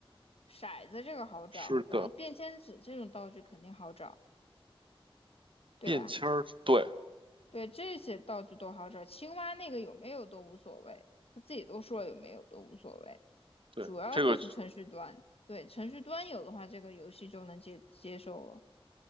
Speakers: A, on the left; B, on the right.
A: 骰子这个好找，
B: 是的，
A: 然后便签纸这种道具肯定好找，对吧？
B: 便签儿，对
A: 对，这些道具都好找，青蛙那个有没有都无所谓，他自己都说有没有都无所谓，
B: 对，
A: 主要就是程序端，
B: 这个，
A: 对，程序端有的话，这个游戏就能接接受了。